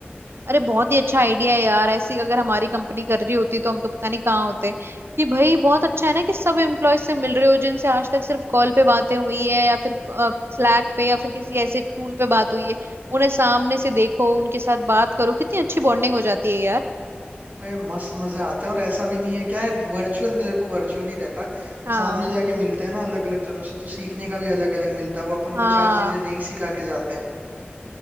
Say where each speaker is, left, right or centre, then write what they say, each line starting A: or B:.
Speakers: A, on the right; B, on the right.
A: अरे बहुत ही अच्छा आइडिया है यार ऐसी अगर हमारी कंपनी कर रही होती तो हम तो पता नहीं कहाँ होते कि भाई बहुत अच्छा है ना कि सब एम्प्लॉय से मिल रहे हो जिनसे आज तक सिर्फ कॉल पे बातें हुई है या फिर स्लैक पे या फिर किसी ऐसे टूल पे बात हुई है उन्हें सामने से देखो उनके साथ बात करो कितनी अच्छी बॉन्डिंग हो जाती है यार
B: अरे मस्त मजे आते हैं और ऐसा भी नहीं है क्या है वर्चुअल देखो वर्चुअल ही रहता है
A: हाँ
B: सामने जाके मिलते हैं ना अलग अलग जनों से तो सीखने का भी अलग अलग मिलता है वो अपन
A: हाँ
B: को चार चीजें नई सिखा के जाते हैं